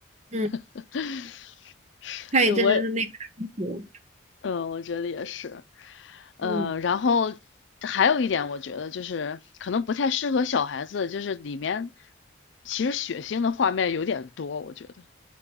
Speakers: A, on the right (about 35°); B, on the left (about 70°).
A: 嗯。
B: <laughs>
A: 太乙真人的那个安抚，
B: 我嗯，我觉得也是，呃，
A: 嗯，
B: 然后还有一点，我觉得就是可能不太适合小孩子，就是里面其实血腥的画面有点多，我觉得